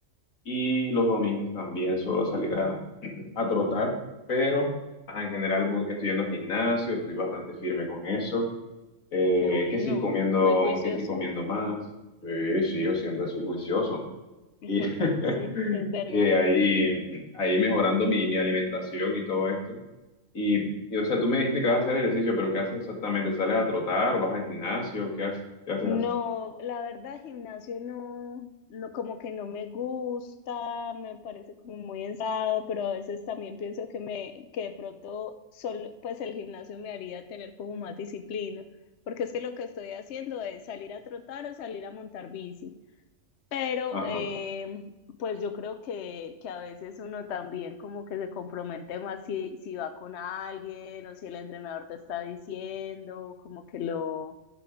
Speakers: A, on the left; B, on the left.
A: y los domingos también suelo salir a, <clears throat> a trotar, pero ajá, en general voy- estoy yendo al gimnasio, estoy bastante firme con eso. Eh,
B: Qué bueno,
A: que sí comiendo,
B: muy juicioso.
A: que sí comiendo más. Sí, sí, yo siempre soy juicioso.
B: <laughs>
A: Y, <laughs>
B: Sí, es verdad.
A: y ahí, ahí mejorando mi, mi alimentación y todo esto. Y, y, o sea, tú me dijiste que vas a hacer ejercicio, pero ¿qué haces exactamente? ¿Sales a trotar? o ¿Vas al gimnasio? ¿Qué haces? ¿Qué haces?
B: No, la verdad, gimnasio no, no, como que no me gusta, me parece como muy ensado, pero a veces también pienso que me, que de pronto solo, pues el gimnasio me haría tener como más disciplina, porque es que lo que estoy haciendo es salir a trotar o salir a montar bici. Pero
A: Ajá,
B: eh, pues yo creo que, que a veces uno también como que se compromete más si, si va con alguien o si el entrenador te está diciendo, como que lo,